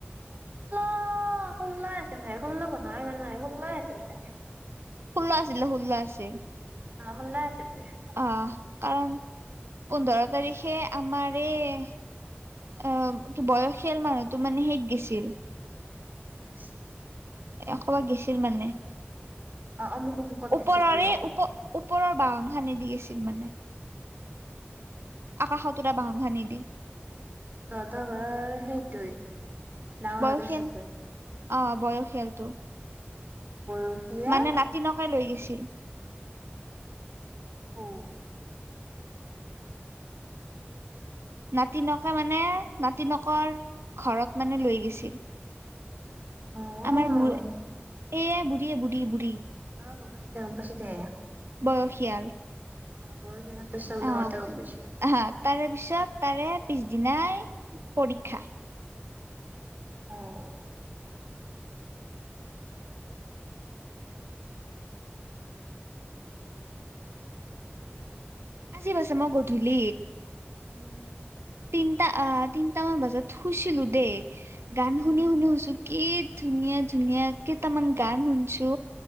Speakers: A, on the right; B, on the right.
A: <unintelligible>
B: অ'ষোল্লই আছিল চাগে ষোল্ল পোন্ধৰ ইমান মানে ষোল্লই আছিল চাগে।
A: ষোল্ল আছিল দে ষোল্ল আছিল।
B: অ' ষোল্লই আছে তে
A: আহ কাৰণ পোন্ধৰ তাৰিখে আমাৰ এই। অ বয়সীয়াল মানুহতটো মানে হেত গৈছিল।
B: <unintelligible>
A: এ কবাক গেছিল মানে।
B: অ অমুক অমুকত
A: ওপৰৰে
B: দিছিল বুলি কব
A: ওপৰৰ বাহন সানদি দি গৈছিল মানে। আকাশতোৰা বাহন কানি দি।
B: তহঁতৰ ঘৰৰ সেইটোৱে ডাঙৰ
A: বয়সীয়াল
B: সদস্যতো।
A: অ, বয়সীয়ালটো।
B: বয়সীয়াল
A: মানে নাতিনকাই লৈ গৈছিল।
B: ঔ
A: নাতিনকে মানে নাতিনকৰ ঘৰত মানে লৈ গৈছিল।
B: অ
A: আমাৰ বঢ় এইয় বুঢ়ীয়ে বুঢ়ী বুঢ়ী।
B: অ গম পাইছো গম পাইচি দে।
A: বয়সীয়াল
B: অ <unintelligible>
A: অ', আহা তাৰে পিছত তাৰে পিছদিনাই পৰীক্ষা।
B: আহ।
A: আজিবাছা মই গধূলি
B: উম
A: তিনিটা অ তিনটামান বজাত শুইছিলো দেই গান
B: উম
A: শুনি শুনি শুইছো। কি ধুনীয়া ধুনীয়া কেইটামন গান হনছো।